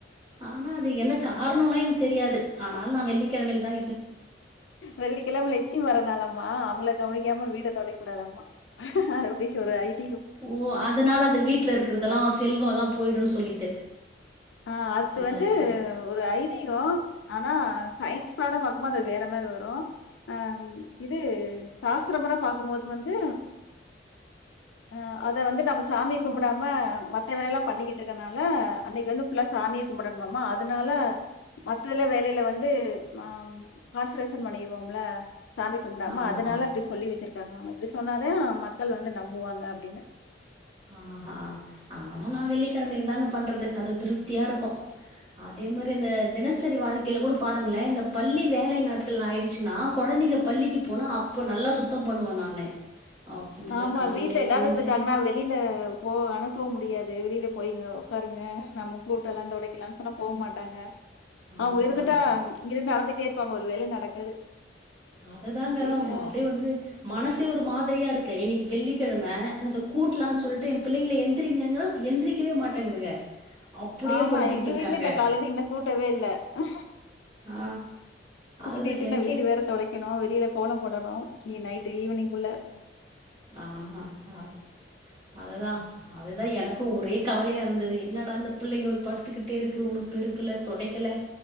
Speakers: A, on the right; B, on the left.
A: ஆனா அது என்ன காரணம்ல்லா எனக்கு தெரியாது ஆனாலு நா வெள்ளிக்கெழமையிலதா
B: வெள்ளிக்கெழம லட்சுமி வர நாளாம்மா அவங்கள கவனி காம வீட தொடைக்கூடாதாம அப்படினு ஒரு ஐதீ
A: ஓ அதனால அந்த வீட்ல இருக்கறதெல்லா ஸ் செல்வல்லா போய்டுன்னு சொல்லிட்டு
B: ஆ அது
A: நான்
B: வந்து
A: இதான்
B: ஒரு ஐதீக ஆனா சயின்ஸ் பிரகரம் பாக்கும்போது அது வேற மாரி வரும் அ இது சாஸ்திர மொற பாக்கும்போது வந்து அ அத வந்து நம்ம சாமி கும்படாம மத்த வேலை பண்ணிக்கிட்டுக்கனால அன்னைக்கு வந்து ஃபுள்ளா சாமியே கும்படணமாமா அதனால மத்ததுல வேலையில வந்து ஆம் கான்சென்ரேஷன் பண்ணிருவோம்ல சாமி கும்படாம
A: ஆமா.
B: அதனால அப்டி சொல்லி வச்சிருக்காங்கலாமே அப்டி சொன்னாத மக்கள் வந்து நம்புவாங்க அப்டின்னு
A: ஆ ஆ ஆனா நா வெள்ளிக்கெழ்மைல் தாங்க பண்றது அது திருப்தியா இருக்கோ அதே மாரி இந்த தினசரி வாழ்க்கேல கூட பாருங்களே இந்த பள்ளி வேலை நாட்கள் ஆயிடுச்சுன்னா கொழந்திங்க பள்ளிக்கி போனா அப்ப நல்லா சுத்தம் பண்ணுவே நானு அ ஃபுல்லா
B: ஆமா
A: காலையில
B: வீட்ல எல்லாரு
A: எழுந்து
B: இருந்துட்டாங்ன்னா வெளி யில போ அனுப்ப முடியாது வெளியிலே போய்ங்கோ உக்காருங்க நம்ம கூட்டலா தொடைக்கிலான் சொன்னா போக் மாட்டாங்க ஆ <unintelligible>
A: அதுதான்.
B: ச்ச் இங்கிருந்து நடந்துட்டே இப்போ அங் ஒரு வேலையு நடக்காது
A: அததாங்க
B: வி அ
A: அப்டே வந்து மனசே ஒரு மாதிரியாருக் கு இன்னிக் வெள்ளிக்கெழம இத கூட்லான் சொல்ட்டு எம் பிள்ளைகிள எந்திரங்ககிறே எந்திரிக்கவே மாட்டேங்குதுங்க அப்படியே
B: ஆமா
A: படுத்துக்கிட்டு
B: எங்க
A: இருக்காங்க.
B: வீட்ல இந்த காலெந்து இன்னு கூட்டவே இல்ல ஆ
A: ஆ
B: கூட்டிட்டு
A: அதுதான் எனக்கே
B: ந வீடு வேற தொடைக்கனு வெளியில கோலம் போடனு இ நைட்டு ஈவினிங் குள்ள
A: அ ஆ அ அதுதா அதுதா எனக் கு ஒரே கவலயா இருந்துது என்னடா இந்த பிள்ளைங்களு படுத்துக்கிட்டே இருக்கு இன்னு பெருக்கல தொடைக்கல